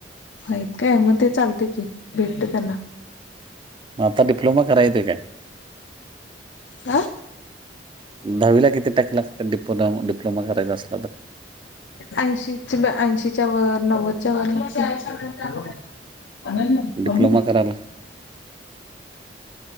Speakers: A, on the left; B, on the right.
A: माहित काय मग ते चालते की भेटते त्यांना
B: म आताडिप्लोमा करायचं काय
A: अ
B: दहावीला किती टक्के लागतात डिप डिप्लोमा करायचा अस
A: ऐंशी ऐंशीच्या वर नव्वदच्या वर आ होणार
B: डिप्लोमा करायला